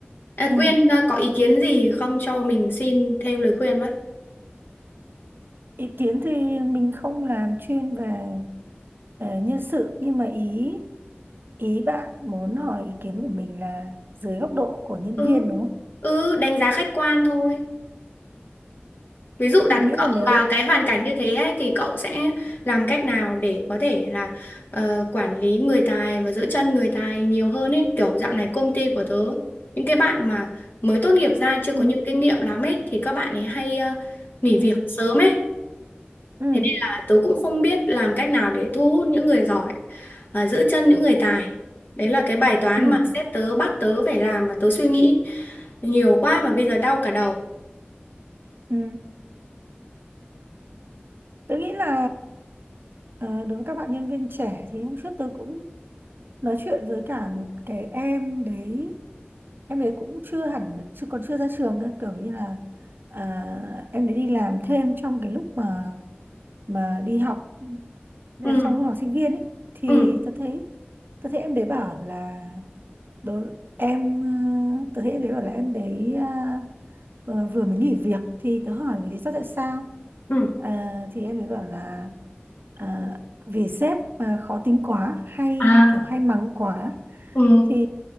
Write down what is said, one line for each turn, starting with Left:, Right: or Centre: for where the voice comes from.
Left: À,
Right: ừ.
Left: Quyên ờ, có ý kiến gì không cho mình xin thêm lời khuyên với?
Right: ý kiến thì mình không làm chuyên về ờ, nhân sự nhưng mà ý ý bạn muốn hỏi ý kiến của mình là dưới góc độ của nhân
Left: Ừ,
Right: viên đúng không?
Left: ừ, đánh giá khách quan thôi. Ví dụ
Right: Mình
Left: đặt
Right: nghĩ
Left: cậu
Right: là nếu
Left: vào cái hoàn cảnh như thế ấy, thì cậu sẽ làm cách nào để có thể là ờ, quản lý người tài và giữ chân người tài nhiều hơn ấy. Kiểu dạo này công ty của tớ, những cái bạn mà mới tốt nghiệp ra chưa
Right: ừ,
Left: có nhiều kinh nghiệm lắm ấy thì các bạn ấy hay ờ, nghỉ việc
Right: ừ,
Left: sớm ấy.
Right: ừ,
Left: Thế nên là tớ cũng không biết làm cách nào để thu hút những người giỏi và giữ chân những người tài. Đấy là cái bài toán
Right: ừ, ừ.
Left: mà sếp tớ bắt tớ phải làm mà tớ suy nghĩ nhiều quá mà bây giờ đau cả đầu.
Right: ừ. Tôi nghĩ là ờ, đối với các bạn nhân viên trẻ thì hôm trước tôi cũng nói chuyện với cả một cái em đấy em đấy cũng chưa hẳn chưa còn chưa ra trường nữa kiểu như là à, em đấy đi làm thêm trong cái lúc mà mà đi học Đấy,
Left: Ừ,
Right: trong lúc học sinh viên ấy thì
Left: ừ,
Right: tôi thấy tôi thấy em đấy bảo là đối em ờ, tớ hiện thấy bảo là em đấy à, ờ, vừa mới nghỉ việc thì tớ hỏi lý do tại sao
Left: ừ.
Right: À, thì em ấy bảo là à, vì sếp mà khó tính quá hay
Left: À
Right: kiểu hay mắng quá
Left: Ừ,
Right: thì